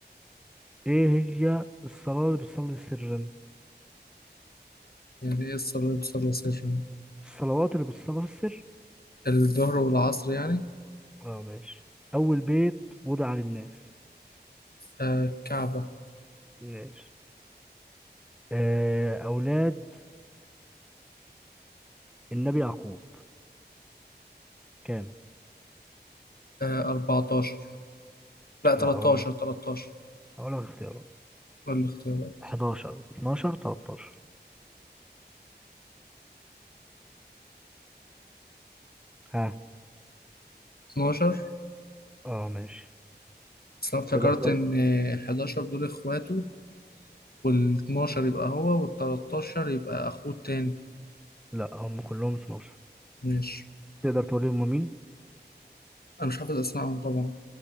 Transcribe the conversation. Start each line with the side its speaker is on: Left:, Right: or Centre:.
Centre: إيه هي الصلاة اللي بتصلي سرا
Left: يعني إيه الصليب صلى سرا
Centre: الصلوات اللي بتصلي في السر
Left: الظهر والعصر يعني
Centre: اه ماشي أول بيت وضع للناس
Left: آه الكعبة
Centre: ماشي آه، أولاد النبي يعقوب كام
Left: آه 14 لا 13
Centre: لا اقول لك
Left: 13
Centre: اقول لك اختيارات
Left: دول الاختيارات
Centre: 11 12 13 ها
Left: 12
Centre: اه ماشي
Left: بس انا افتكرت
Centre: تقدر تقول
Left: ان 11 دول اخواته وال12 يبقى هو وال13 يبقى اخوه التاني
Centre: لا هم كلهم 12
Left: ماشي
Centre: تقدر تقول لي هم مين
Left: انا مش حافظ اسمائهم طبعا